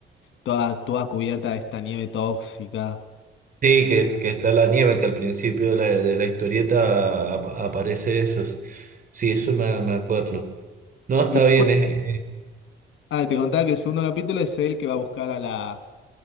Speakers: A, on the left; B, on the right.
A: toda, toda cubierta de esta nieve tóxica.
B: Sí, que, que está la nieve, que al principio de la, de la historieta ap- aparece eso. Sí, eso me, me acuerdo. No, está
A: Y después,
B: bien, es,
A: ah, te contaba que el segundo capítulo es él que va a buscar a la,